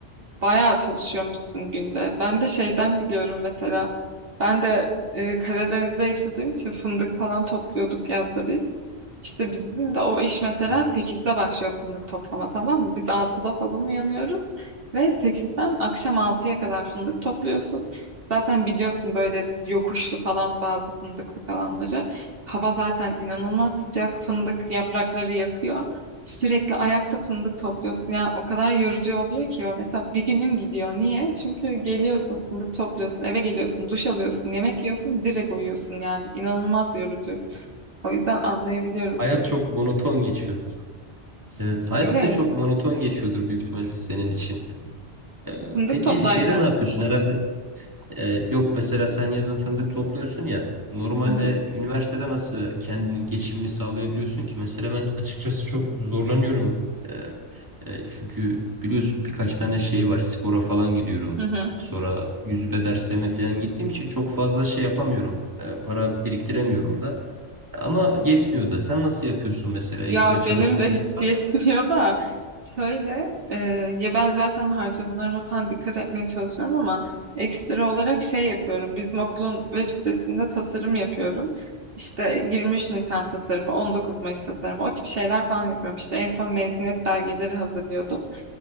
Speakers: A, on the right; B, on the right.
A: bayağı çalışıyormuşsun günde. Ben de şeyden biliyorum mesela. Ben de e, Karadeniz'de yaşadığım için fındık falan topluyorduk yazda biz. İşte bizim de o iş mesela
B: Evet.
A: sekizde başlıyor fındık toplama tamam mı? Biz altıda falan uyanıyoruz ve sekizden akşam altıya kadar fındık topluyorsun. Zaten biliyorsun böyle yokuşlu falan bazı fındıklık alanları. Hava zaten inanılmaz sıcak. Fındık yaprakları yakıyor. Sürekli ayakta fındık topluyorsun. Yani o kadar yorucu oluyor ki o. Mesela bir günün gidiyor. Niye? Çünkü geliyorsun fındık topluyorsun, eve geliyorsun, duş alıyorsun, yemek yiyorsun, direkt uyuyorsun. Yani inanılmaz yorucu. O yüzden anlayabiliyorum
B: Hayat
A: seni.
B: çok monoton geçiyor. Evet, hayat
A: Evet.
B: bir de çok monoton geçiyordur büyük ihtimalle senin için. Ee,
A: Fındık
B: Peki
A: toplarken
B: şeyde ne yapıyorsun
A: mi?
B: herhalde? e, yok mesela sen yazın fındık topluyorsun ya. Normalde
A: Hı hı.
B: üniversitede nasıl kendini geçimini sağlayabiliyorsun ki? Mesela ben açıkçası çok zorlanıyorum. Ee, e, çünkü biliyorsun birkaç tane şey var. Spora falan gidiyorum.
A: Hı hı.
B: Sonra yüzme derslerine falan gittiğim için çok fazla şey yapamıyorum. Ee, para biriktiremiyorum da. Ama yetmiyor da. Sen nasıl yapıyorsun mesela?
A: Ya
B: Ekstra çalıştığın
A: benim de <laughs> hiç
B: bir yer var
A: yetmiyor
B: mı?
A: da şöyle e, ya ben zaten harcamalarıma falan dikkat etmeye çalışıyorum ama ekstra olarak şey yapıyorum. Bizim okulun web sitesinde tasarım yapıyorum. İşte 23 Nisan tasarımı, 19 Mayıs tasarımı o tip şeyler falan yapıyorum. İşte en son mezuniyet belgeleri hazırlıyordum.